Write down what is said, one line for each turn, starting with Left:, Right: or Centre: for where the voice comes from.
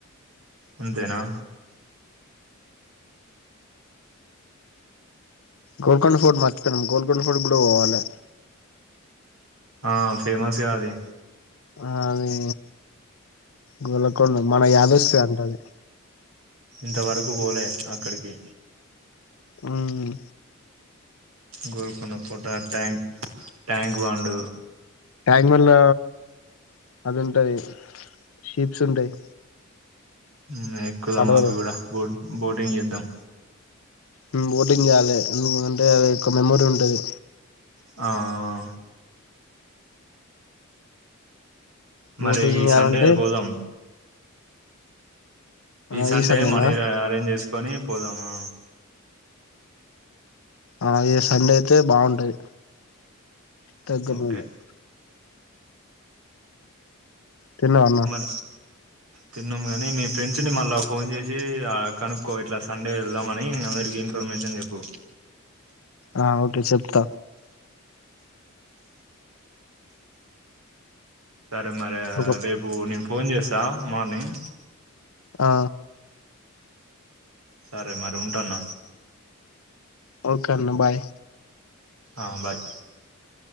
Right: ఉంతేనా
Left: గోల్కొండ ఫోర్డ్ మర్చిపోనా గోల్కొండ ఫోర్డ్ గుడా పోవాలే
Right: ఆ ఫేమస్గా అది
Left: ఆ అది గోళకొండ మన యాదోస్ అంటది
Right: ఇంతవరకు పోలే అక్కడికి
Left: హ్మ్
Right: గోల్కొన్న కోట ట్యాంక్ ట్యాంక్ బాండు
Left: ట్యాంగ్ బండ్ల అది ఉంటది షీప్స్ ఉంటయి
Right: హ్మ్ ఎక్కుదాం
Left: పడవలు
Right: అవి కూడా బోట్ బోటింగ్ చేద్దాం
Left: ఉమ్ బోటింగ్ చేయాలి ఎందుకంటే అది ఒక్క మెమోరీ ఉంటది
Right: ఆ
Left: బోటింగ్
Right: మరి ఈ
Left: చేయాలంటే
Right: సండే పోదాం
Left: ఆ
Right: ఈ సండే
Left: సండేనా
Right: మనీ రా అరేంజ్ చేసుకొని పోదాము
Left: ఆ ఈ సండే అయితే బావుంటది తగ్గ <unintelligible>
Right: ఓకే
Left: తిన్నావా అన్న
Right: మన తిన్నాము కానీ మీ ఫ్రెండ్స్ని మళ్ళా ఫోన్ చేసి ఆ కనుక్కో ఇట్లా సండే ఎళ్దామని అందరికీ ఇన్ ఇన్ఫర్మేషన్ చెప్పు
Left: ఆ ఓకే చెప్తా
Right: సరే మరి
Left: ఒక
Right: రేపు నేను ఫోన్ చేస్సా మార్నింగ్
Left: ఆ
Right: సరే మరి ఉంటన్న
Left: ఓకె అన్న బాయ్
Right: ఆ బాయ్